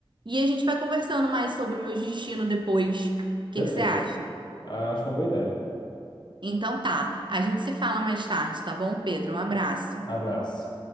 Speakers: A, on the right; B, on the left.
A: e a gente vai conversando mais sobre o meu destino depois. O que
B: perfeito.
A: que você acha?
B: Acho uma boa ideia.
A: Então tá, a gente se fala mais tarde, tá bom, Pedro? Um abraço.
B: Abraço.